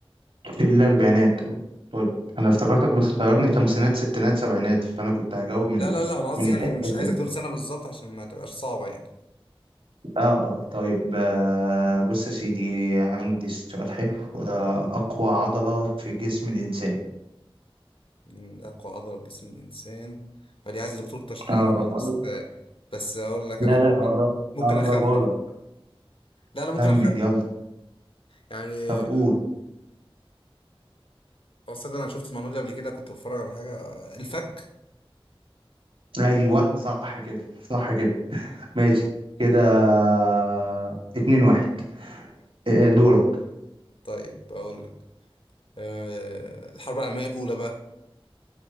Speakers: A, on the right; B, on the left.
A: في الأربعينات طيب أنا افتكرتك بتخيرني خمسينات ستينات سبعينات فأنا كنت هجاوب من
B: لا
A: ال...
B: لا لا انا قصدي
A: من الحتة
B: يعني مش عايزك
A: دي
B: تقول سنة بالظبط عشان ما تبقاش صعبة يعني
A: آه آه طيب آه، بص يا سيدي عندي سؤال حلو آه، أقوى عضلة في جسم الإنسان
B: من اقوى عضلة في جسم الانسان فدي عايز دكتور تشريح
A: أقربها
B: بس
A: لك
B: بس اقول لك
A: لا
B: انا
A: لا أقرب-
B: ممكن
A: أقربها
B: اخمن
A: لك
B: لا انا ممكن
A: خمن
B: اخمن
A: يلا
B: يعني
A: طب قول
B: اصلا انا شفت المعلومة دي قبل كده كنت بتفرج على حاجة آه، الفك
A: أيوه صح كده صح كده <laughs> ماشي كده آه، اتنين واحد إيه إيه، دورك
B: طيب اقول لك أه الحرب العالمية الاولى بقى